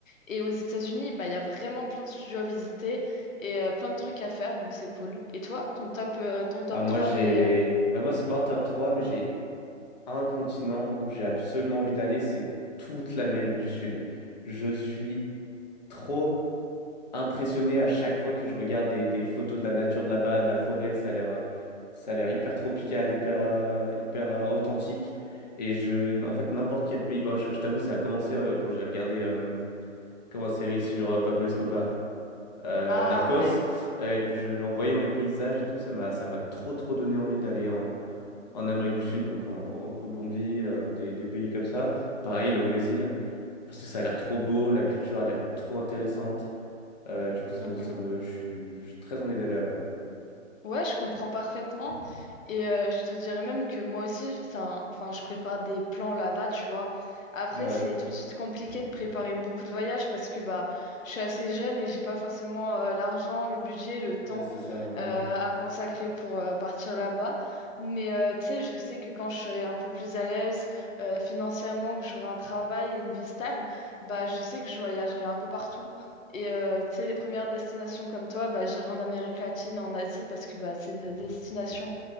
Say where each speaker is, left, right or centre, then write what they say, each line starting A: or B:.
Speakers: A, on the left (about 85°); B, on the left (about 35°).
A: Et aux États-Unis, bah, il y a vraiment plein de studios à visiter et euh, plein de trucs à faire, donc c'est cool. Et toi, ton top, euh, ton top
B: Ah, moi
A: trois
B: j'ai,
A: des... euh,
B: bah moi c'est pas un top 3 mais j'ai un continent où j'ai absolument envie d'aller, c'est toute l'Amérique du Sud. Je suis trop impressionné à chaque fois que je regarde des, des photos de la nature de là-bas, de la forêt. Ça a l'air, euh, ça a l'air hyper tropical, hyper, euh, hyper euh, authentique. Et je, en fait, n'importe quel pays. Bon, je, je t'avoue, ça a commencé euh, quand j'ai regardé euh, comme une série sur euh, Pablo Escobar. euh,
A: Ah
B: Narcos,
A: ouais,
B: Euh, et puis je, en voyant les paysages et tout, ça m'a, ça m'a trop trop donné envie d'aller en en Amérique du Sud, donc en, en Colombie euh, ou des, des pays comme ça. Pareil, le Brésil, parce que ça a l'air trop beau, la culture a l'air trop intéressante. Euh, du coup, ça
A: ouais.
B: me, ça me- je suis j'ai très envie d'aller là-bas.
A: Ouais, je comprends parfaitement. Et euh, je te dirais même que moi aussi, c'est un- enfin, je prépare des plans là-bas, tu vois. Après,
B: Ouais,
A: c'est tout de suite compliqué de préparer beaucoup de voyages parce que bah, je suis assez jeune et j'ai pas forcément euh, l'argent, le budget, le temps
B: ouais, c'est ça, le même.
A: euh, à consacrer pour euh, partir là-bas. Mais euh, tu sais, je sais que quand je serai un peu plus à l'aise euh, financièrement, que j'aurai un travail et une vie stable, bah, je sais que je voyagerai un peu partout. Et euh, tu sais, les premières destinations comme toi, bah, j'irai en Amérique latine, en Asie, parce que bah, c'est des destinations